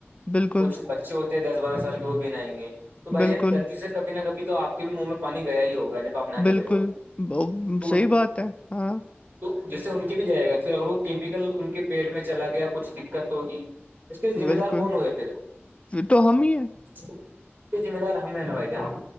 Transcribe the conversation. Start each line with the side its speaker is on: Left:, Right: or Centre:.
Left: بالکل
Right: کچھ بچے ہوتے ہیں دس بارہ سال کے وہ بھی نہاینگے تو بھایی
Left: بالکل
Right: جان غلطی سے کبھی نہ کبھی تو آپ کے بھی منہ میں پانی گیا ہی ہوگا آپ نہانے
Left: بلکل
Right: گئے ہوں گے
Left: ب
Right: تو
Left: صحیح
Right: ان
Left: بات ہے ہاں
Right: تو جیسے ان کے بھی جائے گا پھر اگر وہ کیمیکل ان کے پیٹ میں چلا گیا کچھ دقت ہوگی اس کے ذمہ
Left: بالکل
Right: دار کون ہو گئے پھر
Left: پھر تو ہم ہی ہیں
Right: اسکے ذمہ دار ہمیں نا بھائی جان